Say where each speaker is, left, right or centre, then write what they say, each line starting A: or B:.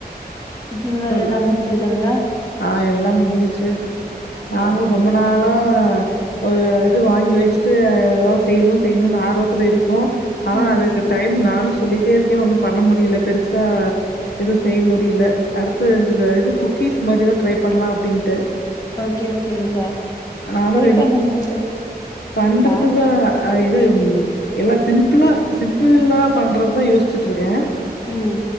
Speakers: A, on the left (about 20°); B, on the left (about 85°).
A: குக்கிங் வேலல்லா
B: சொல்
A: முடிஞ்சதுங்ளா?
B: ஆ எல்லாம் முடிஞ்சுச்சு நானு
A: ஓகே
B: ரொம்ப நாளா ஒரு இது வாங்கி வச்ட்டு யோ செய்னு செய்னுன் ஆர்வத்துல இருக்கு ஆனா
A: ம்
B: அதுக்கு டைமு நானு சொல்லிட்டே இருக்கே ஒன்னு பண்ண முடில பெருசா எதுவு செய்ய முடில அடுத்து இந்த இது குக்கீஸ் மாரிதா ட்ரை பண்லா அப்டின்ட்டு
A: ஓகே ஓகேங்க்கா
B: நானும்
A: ட்ரை பண்ணுங்கக்கா
B: பண்றதுக்கு
A: நா
B: தான் அ இது ம் எல்லா சிம்பிளா சிம்பிள்ளா பண்றது தா யோசிச்சுட்ருக்கே
A: ம்